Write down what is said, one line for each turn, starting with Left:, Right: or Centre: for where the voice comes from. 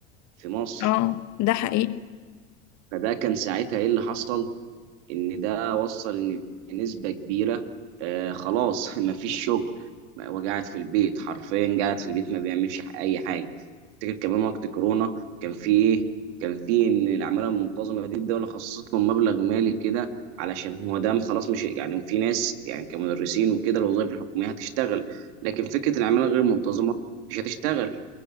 Right: في مصر
Left: اه ده حقيقي
Right: فده كان ساعتها إيه اللي حصل؟ ان ده وصل ان نسبه كبيره آه خلاص <laughs> ما فيش شغل وقاعد في البيت حرفيا قاعد في البيت ما بيعملش ح- اي حاجه افتكر كمان وقت كورونا كان في ايه كان في ان العماله المنتظمه دي الدوله خصصت لهم مبلغ مالي كده علشان هو ده خلاص مش يعني في ناس يعني كمدرسين وكده الوظائف الحكوميه هتشتغل لكن فكره العماله غير المنتظمه مش هتشتغل